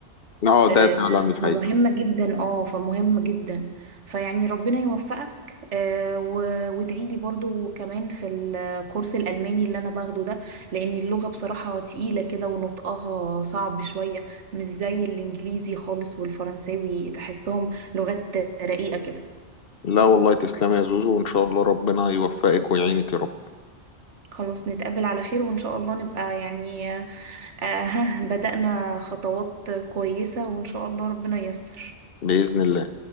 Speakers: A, on the left; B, on the right.
A: اه ده
B: آه،
A: فعلا الحقيقة
B: فمهمة جدا اه فمهمة جدا فيعني ربنا يوفقك آه، و- وادعي لي برضو كمان في الكورس الألماني اللي أنا باخده ده لأن اللغة بصراحة تقيلة كده ونطقها صعب شوية مش زي الإنجليزي خالص والفرنساوي تحسهم لغات رقيقة كده
A: لا والله تسلم يا زوزو وان شاء الله ربنا يوفقك ويعينك يا رب
B: خلاص نتقابل على خير وإن شاء الله نبقى يعني آه ها بدأنا خطوات كويسة وإن شاء الله ربنا ييسر
A: بإذن الله